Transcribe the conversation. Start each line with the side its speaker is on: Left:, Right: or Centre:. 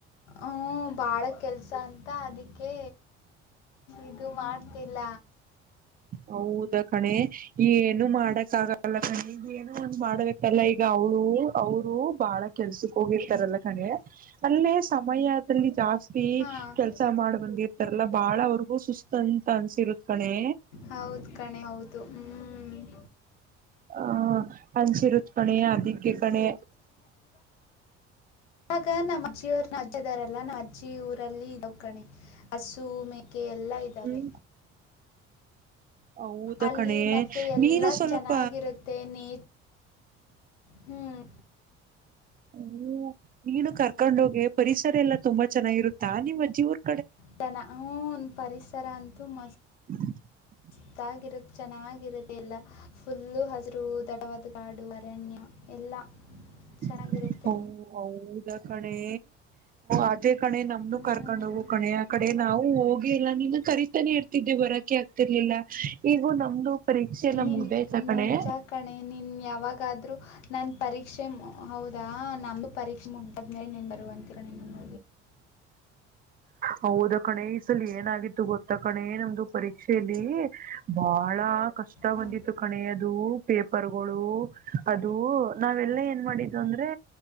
Left: ಹ.. ಭಾಳ ಕೆಲಸ ಅಂತ ಅದಕ್ಕೆ ಇದು ಮಾಡ್ತಿಲ್ಲ..
Right: ಹೌದ ಕಣೆ ಏನು ಮಾಡಕ್ ಆಗಲ್ಲ ಕಣೆಏನು.. ಮಾಡ್ಬೇಕಲ್ಲ ಈಗ ಅವ್ಳು ಅವರು ಬಾಳ ಕೆಲ್ಸಕ್ ಹೋಗಿರ್ತಾರಲ್ಲ ಕಣೆ ಅೇ ಸಮಯ್ರದಲ್ಲಿ ಜಾಸ್ತಿ
Left: ಹಾಂ
Right: ತಿ ಕೆಲ್ಸ ಮಾಡ್ ಬಂದಿರ್ತಾರಲ್ಲಾ ಬಾಳ ಅವ್ರಿಗೂ ಸುಸ್ತ ಅಂತ ಅನ್ಸಿರುತ್ ಕಣೆ
Left: ಹೌದು ಕಣೆ ಹೌದು ಹ್
Right: ಹ ಹಂಚಿರುದ ಕಣೆ ಅದಿಕ್ಕೆ ಕಣೆ
Left: ಆಗ ನಮ್ಮ್ಜ್ಜಿಯವ ಅಜ್ಜದಾರಲ್ಲಾ ನಮ್ಮ್ ಅಜ್ಜಿ ಊರಲ್ಲಿ ನಕಣೆ ಹಸು ಮೇ ಕೆ ಎಲ್ಲಾ ಇದ್ದಾವೆ
Right: ಹ್ಮ್ ಹೌದ
Left: ಅಲ್ಲಿ
Right: ಕಣೆ
Left: ಮತ್ತೆ ಎಲ್ಲ
Right: ನೀನು ಸ್ವಲ್ಪ
Left: ಚೆನ್ನಾಗಿರುತ್ತೆ ನೀ ಹ್ಮ್
Right: ಹ್ಮ ನೀನು ಕರ್ಕೊಂಡ್ ಹೋಗಿ ಪರಿಸರ ಎಲ್ಲಾ ತುಂಬಾ ಚೆನ್ನಾಗಿರುತ್ತಾ ನಿಮ್ಮಜ್ಜಿವರ್
Left: ತನ ಒನ್ ಪರಿಸರ ಅಂತೂ ಮಸ್ತ್
Right: ಹ
Left: ಅತಾಗಿರದು ಚೆನ್ನಾಗಿರದೆ ಎಲ್ಲ ಫುಲ್ಲು ಹಜರು ದಡವಾದ ಗಾಡು ಅರಣ್ಯ ಎಲ್ಲ
Right: <unintelligible>
Left: ಚೆನ್ನಾಗಿರುತ್ತೆ
Right: ಓ ಹೌದ ಕಣೆ ಅದೇ ಕಣೆ ನಮ್ದ
Left: ಹ್ಮ್
Right: ಕರ್ಕೊಂಡ ಹೋಗು ಕಣೆ ಆ ಕಡೆ ಕ ನಾವು ಹೋಗಿ ಎಲ್ಲ ನೀನ್ನ ಕರಿತಾನೆ ಇರ್ತಿದ್ದೆ ಬರೋಕೆ ಆಗ್ತಿರ್ಲಿಲ್ಲ ಈಗೂ ನಮ್ದು ಪರೀಕ್ಷೆ ಎಲ್ಲ
Left: ನಿನ್
Right: ಮುಗ್ದಯ್ತ
Left: ನಿಜ
Right: ಕಣೆ
Left: ಕಣೆ ನೀನ್ ಯಾವಾಗಾದ್ರೂ ನನ್ ಪರೀಕ್ಷೆ ಹೌದಾ ಹ ನಮು ಪರೀಕ್ಷೆ ಮುಗದ್ಮೇಲೆ ನೀನ್ ಬರುವ ಅಂತಿರಣಿ ನಮ್ಮಿ
Right: ಹೌದ ಕಣೇಸಲಿ ಏನಾಗಿತ್ತು ಗೊತ್ತ ಕಣೆ ನಮ್ದು ಪರೀಕ್ಷೆಯಲ್ಲಿ ಬಹಳ ಕಷ್ಟ
Left: ಹಾಂ
Right: ಬಂದಿತ್ತು ಕಣೆ ಅದು ಪೇಪರ್ಗಳು ಅದು ನಾವೆಲ್ಲ ಏನ್ ಮಾಡಿದು ಅಂದ್ರೆ